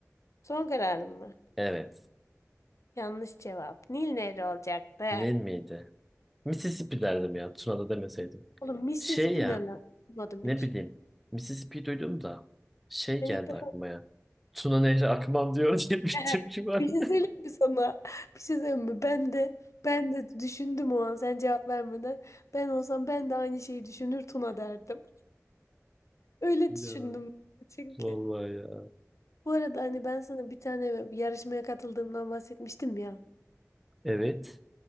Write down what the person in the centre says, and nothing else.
Evet.
Ne miydi? Mississippi derdim ya. Tuna'da demeseydim.
Şey ya.
Ne
bileyim. Mississippi duydum da şey
geldi
aklıma ya. Tuna Nehri akmam diyor <laughs> diye bir
türkü var.
<laughs>
Ya
vallahi ya.
Evet.